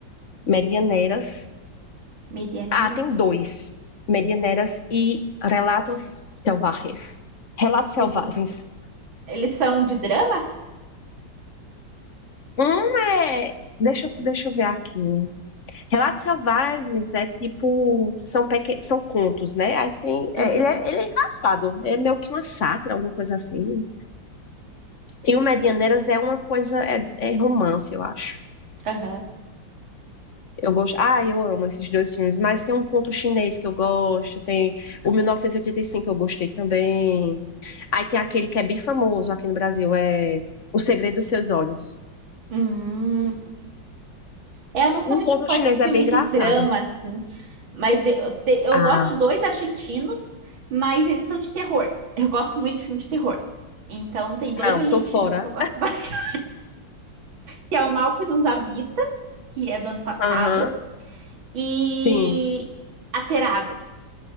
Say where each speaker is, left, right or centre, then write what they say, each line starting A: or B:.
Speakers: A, on the left; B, on the right.
A: Medianeiras.
B: Medianeiras.
A: Ah, tem dois. Medianeiras e Relatos Selvagens. Relatos Selvagens.
B: Esses são- Eles são de drama?
A: Um é. Deixa, eu- deixa eu ver aqui. Relatos Selvagens é tipo. São, pequen... são contos, né? Aí tem... é,
B: Aham.
A: ele, é, ele é engraçado. É meio que uma sátira, alguma coisa assim. E o Medianeiras é uma coisa. É, é romance, eu acho.
B: Aham.
A: Eu gosto. Ah, eu amo esses dois filmes. Mas tem um conto chinês que eu gosto. Tem o 1985 eu gostei também. Aí tem aquele que é bem famoso aqui no Brasil, é O Segredo dos Seus Olhos.
B: Hum. É, eu não sou
A: Um
B: muito
A: conto
B: fã
A: chinês
B: de filme
A: é bem engraçado.
B: de drama, assim, mas eu, te- eu
A: Ah,
B: gosto de dois argentinos, mas eles são de terror. Eu gosto muito de filme de terror. Então, tem dois
A: não,
B: argentinos
A: tô fora.
B: que eu gosto <laughs> bastante, que é O Mal que Nos Habita, que é do ano passado,
A: Aham,
B: e
A: sim.
B: Aterados,